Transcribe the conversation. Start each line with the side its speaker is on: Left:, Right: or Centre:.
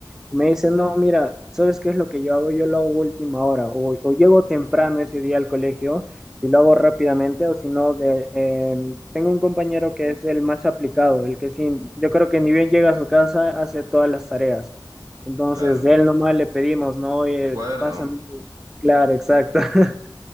Centre: Y me dice, no, mira, ¿sabes qué es lo que yo hago? Yo lo hago a última hora, o, o llego temprano ese día al colegio y lo hago rápidamente, o si no, de- em, tengo un compañero que es el más aplicado, el que sí, yo creo que ni bien llega a su casa, hace todas las tareas. Entonces,
Right: claro.
Centre: de él nomás le pedimos, ¿no? Oye,
Right: El cuaderno.
Centre: pásame. Claro, exacto. <laughs>